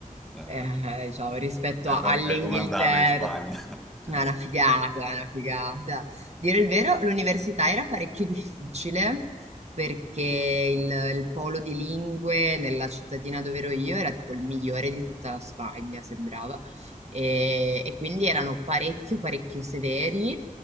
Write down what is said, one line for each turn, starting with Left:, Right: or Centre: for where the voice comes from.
Centre: Eh,
Right: eh, diciamo, rispetto
Centre: è,
Right: a-
Centre: com-
Right: all'Inghilterra.
Centre: è come andata in Spagna? <laughs>
Right: Ah, una figata, una figata. Dire il vero, l'università era parecchio difficile perché il, il polo di lingue nella cittadina dove ero io era tipo il migliore di tutta la Spagna, sembrava. E, e quindi erano parecchio, parecchio severi